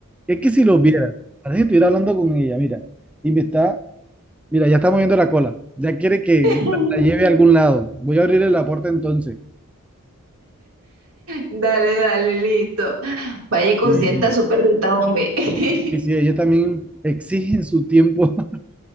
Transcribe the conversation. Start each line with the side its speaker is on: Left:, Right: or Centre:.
Centre: Es que si lo vieras, parece que estuviera hablando con ella, mira. Y me está, mira, ya está moviendo la cola. Ya quiere que
Right: <laughs>
Centre: la, la lleve a algún lado. Voy a abrirle la puerta entonces.
Right: Dale, dale, listo. Vaya y consienta
Centre: Y,
Right: a su perrita, hombre. <laughs>
Centre: y si ella también exigen su tiempo, <laughs>